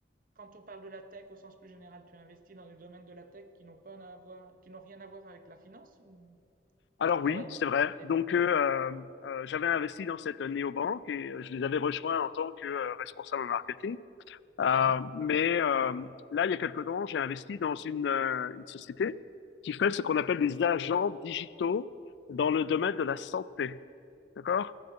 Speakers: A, on the right; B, on the left.
A: quand on parle de la tech au sens plus général, tu investis dans les domaines de la tech qui n'ont pas à voir, qui n'ont rien à voir avec la finance ou...
B: Alors
A: Ah
B: oui,
A: ouais, le
B: c'est vrai.
A: il
B: Donc,
A: est plus.
B: euh, euh, j'avais investi dans cette néobanque et euh, je les avais rejoints en tant que euh, responsable marketing. Euh,
A: Mhm,
B: mais euh, là, il y a quelque temps, j'ai investi dans une, euh, une société qui fait ce qu'on appelle des agents digitaux dans le domaine de la santé. D'accord?